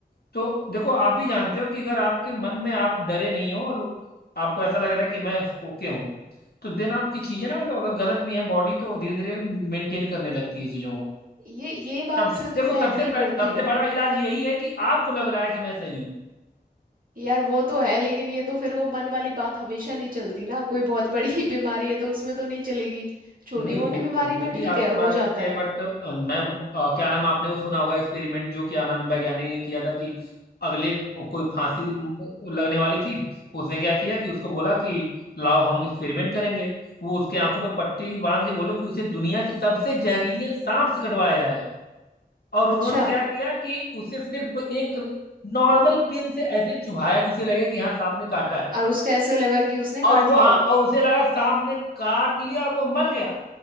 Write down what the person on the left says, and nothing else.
तो देखो आप भी जानते हो कि अगर आपके मन में आप डरे नहीं हो और आपको ऐसा लग रहा है कि मैं ओके हूँ तो दिन आपकी चीजें ना मतलब अगर गलत भी है बॉडी तो धीरे धीरे मेंटेन करने लगती है चीजों को
सबसे
देखो
सबसे
सबसे
बड़ा इलाज यही है कि आपको लग रहा है कि मैं सही हूँ
नहीं वो
वो
भी
आपकी
बात होती
है
बट मैं अ, क्या नाम आपने वो सुना होगा एक्सपेरिमेंट जो क्या नाम वैज्ञानिक ने किया था कि अगले कोई फांसी लगने वाली थी उसने क्या किया कि उसको बोला कि लाओ हम एक्सपेरिमेंट करेंगे वो उसके आंखों पे पट्टी बांध के बोलो कि उसे दुनिया के सबसे जहरीले सांप से कटवाया जाएगा और उन्होंने
क्या किया कि उसे सिर्फ एक नॉर्मल पिन से ऐसे चुभाया कि उसे लगे कि हाँ सांप ने काटा है
और वो
हाँ और उसे लगा सांप ने काट लिया और वो मर गया